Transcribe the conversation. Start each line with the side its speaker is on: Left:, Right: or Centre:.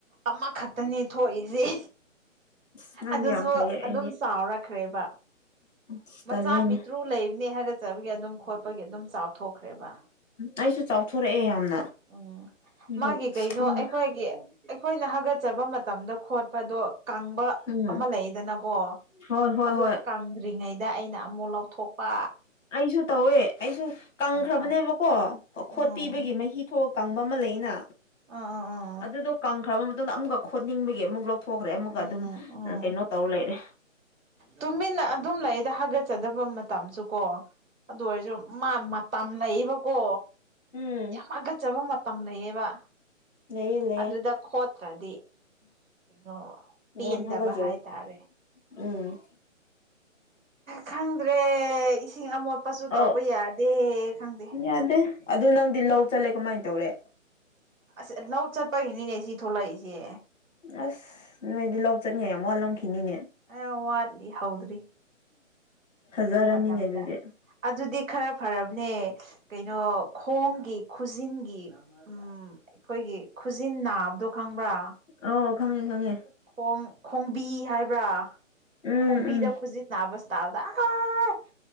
Right: ꯑꯃꯈꯛꯇꯅꯤ ꯊꯣꯛꯏꯁꯤꯦ
Left: ꯑꯁ ꯅꯪꯗꯤ
Right: ꯑꯗꯨꯁꯨ
Left: ꯌꯥꯝ ꯐꯩꯌꯦ
Right: ꯑꯗꯨꯝ
Left: ꯑꯩꯗꯤ
Right: ꯆꯥꯎꯔꯛꯈ꯭ꯔꯦꯕ
Left: ꯑꯁ
Right: ꯃꯆꯥ
Left: ꯇꯜꯂꯦꯅꯦ
Right: ꯄꯤꯇ꯭ꯔꯨ ꯂꯩꯕꯅꯦ ꯍꯥꯏꯒꯠꯆꯕꯒꯤ ꯑꯗꯨꯝ ꯈꯣꯠꯄꯒꯤ ꯑꯗꯨꯝ ꯆꯥꯎꯊꯣꯛꯈ꯭ꯔꯦꯕ
Left: ꯑꯩꯁꯨ ꯆꯥꯎꯊꯣꯔꯛꯑꯦ ꯌꯥꯝꯅ
Right: ꯎꯝ
Left: ꯑꯗꯣ
Right: ꯃꯥꯒꯤ
Left: ꯑꯁ
Right: ꯀꯩꯅꯣ
Left: ꯈꯪꯗꯦ
Right: ꯑꯩꯈꯣꯏꯒꯤ ꯑꯩꯈꯣꯏꯅ ꯍꯥꯒꯠꯆꯕ ꯃꯇꯝꯗ ꯈꯣꯠꯄꯗꯣ ꯀꯪꯕ
Left: ꯎꯝ
Right: ꯑꯃ ꯂꯩꯌꯦꯗꯅꯀꯣ
Left: ꯍꯣꯏ ꯍꯣꯏ
Right: ꯑꯗꯨ
Left: ꯍꯣꯏ
Right: ꯀꯪꯗ꯭ꯔꯤꯉꯩꯗ ꯑꯩꯅ ꯃꯣꯜꯂꯧꯊꯣꯛꯄ
Left: ꯑꯩꯁꯨ ꯇꯧꯋꯦ ꯑꯩꯁꯨ ꯀꯪꯈ꯭ꯔꯕꯅꯦꯕꯀꯣ
Right: ꯇꯥꯔꯦ
Left: ꯈꯣꯠ
Right: ꯎꯝ
Left: ꯄꯤꯕꯒꯤ ꯃꯍꯤ ꯊꯣꯛ ꯀꯪꯕ ꯑꯃ ꯂꯩꯅ
Right: ꯎꯝ ꯎꯝ ꯎꯝ
Left: ꯑꯗꯨꯗꯣ ꯀꯪꯈ꯭ꯔꯕ ꯃꯇꯨꯡꯗ ꯑꯃꯨꯛꯀꯛ ꯍꯣꯠꯅꯤꯡꯕꯒꯤ ꯑꯃꯨꯛ ꯂꯧ ꯊꯣꯛꯈ꯭ꯔꯦ ꯑꯃꯒ
Right: ꯎꯝ
Left: ꯑꯗꯨꯝ
Right: ꯎꯝ ꯎꯝ
Left: ꯀꯩꯅꯣ ꯇꯧꯔ ꯂꯩꯔꯦ
Right: ꯇꯨꯃꯤꯟꯅ ꯑꯗꯨꯝ ꯂꯩꯗ ꯍꯥꯒꯠꯆꯗꯕ ꯃꯇꯝꯁꯨ ꯀꯣ ꯑꯗꯨ ꯑꯣꯏꯔꯁꯨ ꯃꯥ ꯃꯇꯝ ꯂꯩꯌꯦꯕꯀꯣ
Left: ꯎꯝ
Right: ꯌꯥꯝ ꯃꯒꯠꯆꯕ ꯃꯇꯝ ꯂꯩꯌꯦꯕ
Left: ꯂꯩꯌꯦ ꯂꯩꯌꯦ
Right: ꯑꯗꯨꯗ ꯈꯣꯠꯇ꯭ꯔꯗꯤ ꯀꯩꯅꯣ ꯄꯦꯟꯗꯕ
Left: ꯌꯥꯝ ꯍꯥꯒꯠꯆꯔꯦ
Right: ꯍꯥꯏꯇꯥꯔꯦ
Left: ꯎꯝ
Right: ꯈꯪꯗ꯭ꯔꯦ ꯏꯁꯤꯡ ꯑꯃꯣꯠꯄꯁꯨ
Left: ꯑꯧ
Right: ꯇꯧꯕ ꯌꯥꯗꯦ ꯈꯪꯗꯦ
Left: ꯌꯥꯗꯦ ꯑꯗꯨ ꯅꯪꯗꯤ ꯂꯧ ꯆꯠꯂꯦ ꯀꯃꯥꯏꯅ ꯇꯧꯔꯦ
Right: ꯑꯁ ꯂꯧ ꯆꯠꯄꯒꯤꯅꯤꯅꯦ ꯁꯤ ꯊꯣꯛꯂꯛꯏꯁꯦ
Left: ꯑꯁ ꯅꯣꯏꯗꯤ ꯂꯧ ꯆꯠꯅꯤꯉ ꯌꯥꯝ ꯋꯥꯜꯂꯝꯈꯤꯅꯤꯅꯦ
Right: ꯑ ꯋꯥꯠꯂꯤ ꯍꯧꯗ꯭ꯔꯤ
Left: ꯐꯖꯔꯅꯤꯅꯦ
Right: ꯑꯗꯨ ꯃꯇꯝꯗ
Left: ꯑꯗꯨꯗꯤ
Right: ꯑꯗꯨꯗꯤ ꯈꯔ ꯐꯔꯕꯅꯦ ꯀꯩꯅꯣ ꯈꯣꯡꯒꯤ ꯈꯨꯖꯤꯟꯒꯤ ꯎꯝ ꯎ ꯑꯩꯈꯣꯏꯒꯤ ꯈꯨꯖꯤꯟ ꯅꯥꯕꯗꯣ ꯈꯪꯕ꯭ꯔꯥ
Left: ꯑꯧ ꯈꯪꯉꯦ ꯈꯪꯉꯦ
Right: ꯈꯣꯡ ꯈꯣꯡꯕꯤ ꯍꯥꯏꯕ꯭ꯔꯥ
Left: ꯎꯝ
Right: ꯈꯣꯡꯕꯤꯗ
Left: ꯎꯝ
Right: ꯈꯨꯖꯤ ꯅꯥꯕ ꯍꯇꯥꯗ ꯑꯥꯏ